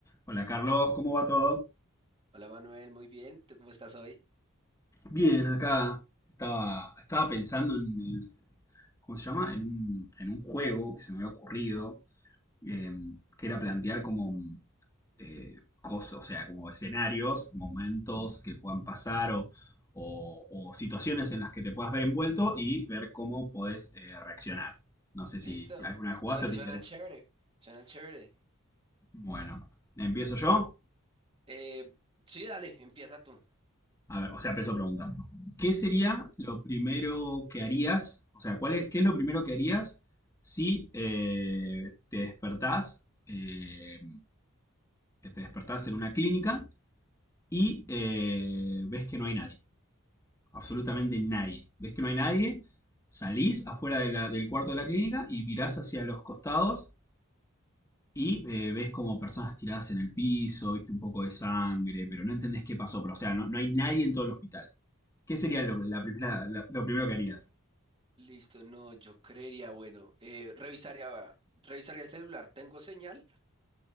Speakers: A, on the left; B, on the right.
A: Hola Carlos, ¿cómo va todo?
B: Hola Manuel, muy bien. ¿Tú cómo estás hoy?
A: Bien, acá estaba, estaba pensando en, en- ¿cómo se llama? En un, en un juego que se me había ocurrido, eh, que era plantear como mm, eh, cosas, o sea, como escenarios, momentos que puedan pasar o, o- o situaciones en las que te puedas ver envuelto y ver cómo podés eh, reaccionar. No sé si,
B: ¿Listo?
A: si alguna vez jugaste
B: Suena,
A: o te
B: suena
A: interesa.
B: chévere. Suena chévere.
A: Bueno, empiezo yo.
B: Eh, sí, dale, empieza tú.
A: A ver, o sea, empiezo preguntando. ¿Qué sería
B: Ujú.
A: lo primero que harías? O sea, ¿cuál es, qué es lo primero que harías si eh, te despertás, eh, que te despertás en una clínica y eh, ves que no hay nadie? Absolutamente nadie. Ves que no hay nadie, salís afuera de la- del cuarto de la clínica y mirás hacia los costados y eh, ves como personas tiradas en el piso, viste un poco de sangre, pero no entendés qué pasó. Pero, o sea, no, no hay nadie en todo el hospital. ¿Qué sería lo,
B: Ok.
A: la primera, la- lo primero que harías?
B: Listo, no, yo creería, bueno, eh, revisaría, revisaría el celular. ¿Tengo señal?